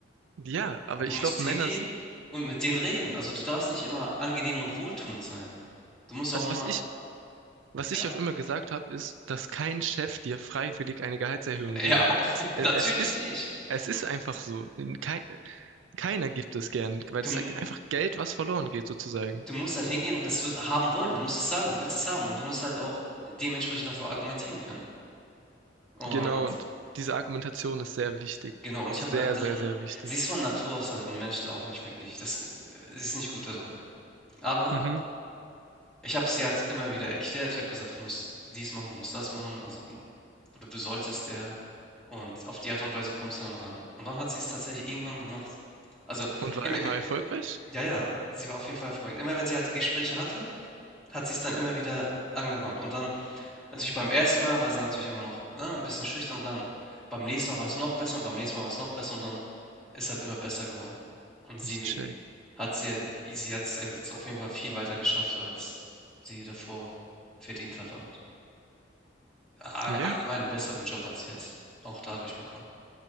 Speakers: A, on the right; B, in the centre.
A: Ja, aber
B: Du
A: ich
B: musst
A: glaube,
B: hingehen
A: Männer sind,
B: und mit denen reden. Also du darfst nicht immer angenehm und wohltuend sein. Du musst
A: also
B: auch mal,
A: was ich Was ich
B: ja,
A: auch immer gesagt habe, ist, dass kein Chef dir freiwillig eine Gehaltserhöhung
B: <laughs>
A: geben
B: ja, auf-
A: wird. Es, äh,
B: natürlich
A: es ist,
B: nicht.
A: es ist einfach so. Kei, keiner gibt es gern, weil
B: Du,
A: es ist einfach Geld, was verloren geht, sozusagen.
B: du musst halt hingehen und es wi- haben wollen. Du musst es sagen, du willst es haben und du musst halt auch dementsprechend dafür argumentieren können. Und
A: Genau, und diese Argumentation ist sehr wichtig.
B: Genau, und ich
A: Sehr,
B: habe halt dann
A: sehr, sehr wichtig.
B: sie ist von Natur aus halt ein Mensch, der auch nicht wirklich das äh, sie ist nicht gut da drin. Aber
A: Mhm.
B: ich habe sie halt immer wieder erklärt. Ich habe gesagt: „Du musst dies machen, du musst das machen, also oder du solltest eher.“ Und auf die Art und Weise kommst du dann ran. Und dann hat sie es tatsächlich irgendwann gemacht. Also,
A: Und war,
B: immer
A: war
B: i
A: erfolgreich?
B: ja, ja, sie war auf jeden Fall erfolgreich. Immer wenn sie halt Gespräche hatte, hat sie es dann immer wieder angewandt und dann Natürlich beim ersten Mal war sie natürlich immer noch, ne, 'n bisschen schüchtern und dann beim nächsten Mal war es noch besser und beim nächsten Mal war es noch besser und dann ist halt immer besser geworden. Und sie
A: Ich check.
B: hat sie sie hat es jetzt auf jeden Fall viel weiter geschafft, als sie davor verdient hat und a
A: Ja.
B: allgemein einen besseren Job hat sie jetzt auch dadurch bekommen.